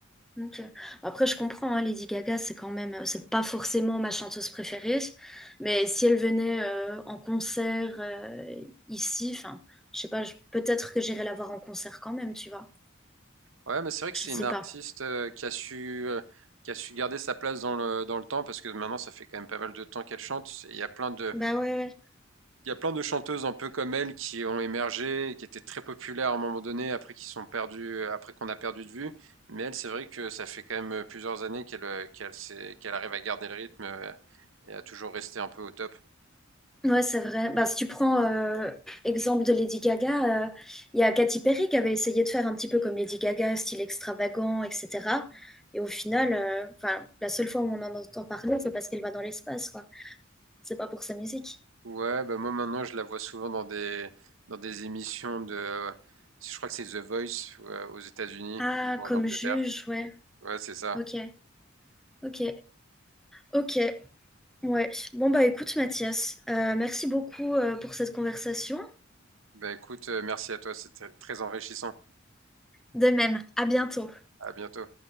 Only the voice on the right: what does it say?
Ouais, mais c'est vrai que
c'est
une artiste
euh, qui a su, euh, qui a su garder sa place dans le, dans le temps parce que maintenant ça fait quand même pas mal de temps qu'elle chante. Et Il y a plein de,
il y a plein de chanteuses un peu comme elle qui ont émergé, et qui étaient très populaires à un moment donné, après qui sont perdues, après qu'on a perdu de vue. Mais elle, c'est vrai que ça fait quand même euh, plusieurs années qu'elle, euh, qu'elle s'est- qu'elle arrive à garder le rythme euh, et à toujours rester un peu au top.
Ouais, bah moi maintenant je la vois souvent dans des dans des émissions de, je crois que c'est The Voice euh, aux États-Unis
ou en
Angleterre.
Ouais, c'est ça.
Bah écoute, euh, merci à toi, c'était très enrichissant.
À bientôt.